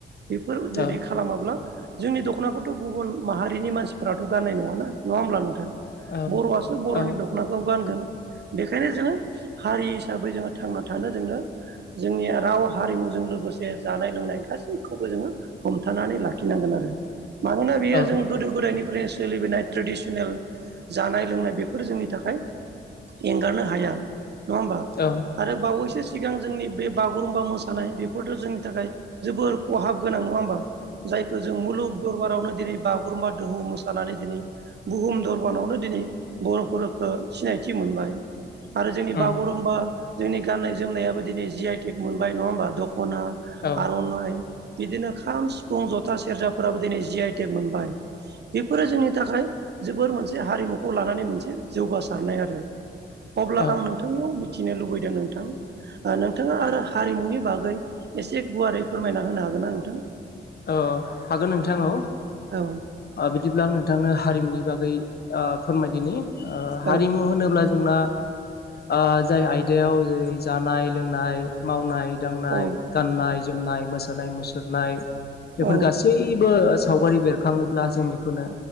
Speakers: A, on the right; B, on the left.
A: बेफोर
B: औ
A: जुदि खालामाब्ला जोंनि दख'नाखौथ' गुबुन माहारिनि मानसिफ्राथ' गाननाय नङाना नङा होमब्ला नोंथां।
B: औ
A: बर'आसो बर'नि
B: औ
A: द'ख खनाखौ गानगोन बेखायनो जोङो हारि हिसाबै जोङो थांना थानो जोंनो जोंनि राव हारिमुजों लोगोसे जानाय लोंनाय गासैखौबो जोङो हमथानानै लाखिनांगोन आरो मानोना बियो
B: औ
A: जों गोदो गोदायनिफ्रायनो सोलिबोनाय ट्रेडिसनेल जानाय लोंनाय बेफोर जोंनि थाखाय एंगारनो हाया। नङा होमबा
B: औ
A: आरो बावैसो सिगां जोंनि बे बागुरुम्बा मोसानाय बेफोरथ' जोंनि थाखाय जोबोर खहाब गोनां नङा होमबा? जायखौ जों मुलुग दरबारावनो दिनै बागुरुम्बा दोहौ मोसानानै दिनै बुहुम दरबानावनो दिनै बर'फोरखौ सिनायथि मोनबाय। आरो जोंनि
B: उम
A: बागुरुम्बा जोंनि गाननाय जोमनायाबो दिनै जि आइ टेक मोनबाय नङा होमबा दख'ना
B: औ
A: आर'नाइ, बिदिनो खाम सिफुं जथा सेरजाफोराबो दिनै जिइ टेक मोनबाय बेफोरो जोंनि थाखाय जोबोर मोनसे हारिमुखौ लानानै मोनसे जौगासारनाय आरो अब्ला
B: औ
A: आं नों थांनियाव मिथिनो लुबैदों नोंथां नोंथाङा आरो हारिमुनि बागै एसे गुवारै फोरमायना होनो हागोन ना नोंथां?
B: ओ हागोन नोंथां औ
A: औ
B: ओ बिदिब्ला आं नोंथांनो हारिमुनि बागै ओ फोरमायदिनि। ओ हारिमु
A: औ
B: होनोब्ला जोंना ओ जाय आयदायाव जेरै जानाय लोंनाय मावनाय दांनाय
A: औ
B: गाननाय जोमनाय मोसानाय मुसुरनाय बेफोर
A: औ
B: गासैबो सावगारि बेरखाङोब्ला जों बेखौनो